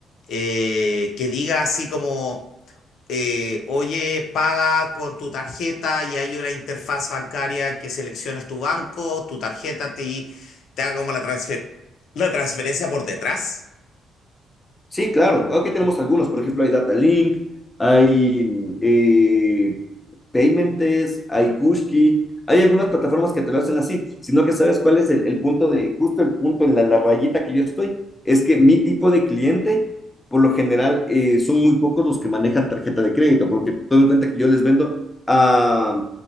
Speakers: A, on the left (about 75°); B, on the left (about 20°).
A: eh, que diga así como, eh, oye, paga con tu tarjeta y hay una interfaz bancaria que selecciones tu banco, tu tarjeta te, te haga como la transfer- la transferencia por detrás.
B: Sí, claro. Aquí tenemos algunos. Por ejemplo, hay Datalink, hay eh, Paymentes, hay Kushki. Hay algunas plataformas que te lo hacen así, sino que sabes cuál es el, el punto de, justo el punto en la, la rayita que yo estoy, es que mi tipo de cliente, por lo general, eh, son muy pocos los que manejan tarjeta de crédito, porque tomen en cuenta que yo les vendo a,